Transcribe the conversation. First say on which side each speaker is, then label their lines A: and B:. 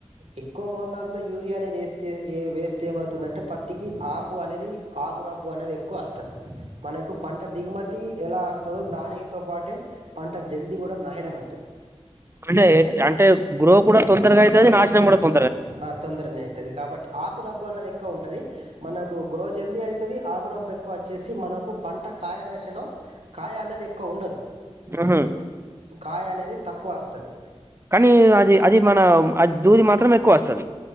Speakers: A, on the right; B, on the right.
A: ఎక్కువ మోతాదులో యూరియా అనేది ఎస్తే ఏ వేస్తే ఏమవుతుందంటే పత్తికి ఆకు అనేది ఆకురబ్బు అనేది ఎక్కువ వస్తది, మనకు పంట దిగుమతి ఎలా వస్తదో దానికితో పాటే, పంట జల్దీ కూడా నాయడమైతది.
B: అంటే అంటే గ్రో కూడా తొందరగ అయితది, నాశనం కూడా తొం
A: ఆ తొందరనే అయితది, కాబట్టి ఆకురబ్బు అన్నది ఎక్కువ ఉంటది. మనకు గ్రో జల్దీ అయితది, ఆకురబ్బ ఎక్కువ వచ్చేసి మనకు పంట కాయ దశలో, కాయ అనే ది ఎక్కువ ఉండదు.
B: ఉహు,
A: కాయ అనేది తక్కువ వస్తుంది
B: కని అది అది మన అది దూది మాత్రం ఎక్కువ వస్తది.